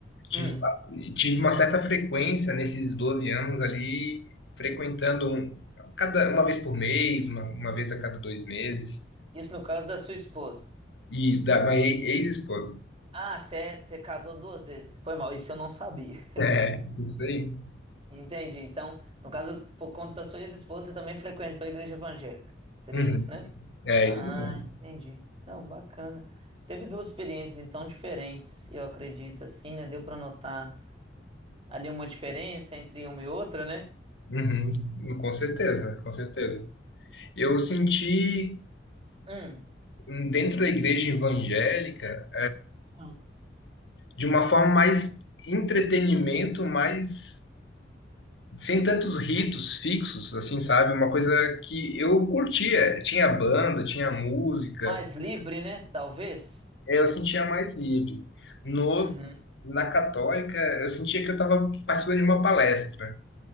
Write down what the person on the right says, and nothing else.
hum,
isso no caso da sua esposa.
Ah, você é, você casou duas vezes. Foi mal, isso eu não sabia.
<laughs> Entendi. Então, no caso, por conta da sua ex-esposa, você também frequentou a igreja evangélica. Seria
isso, né?
Ah,
entendi. Não, bacana. Teve duas experiências então diferentes, eu acredito, assim, né? Deu para notar ali uma diferença entre uma e outra, né?
Hum,
Hum.
mais livre, né? Talvez.
Uhum,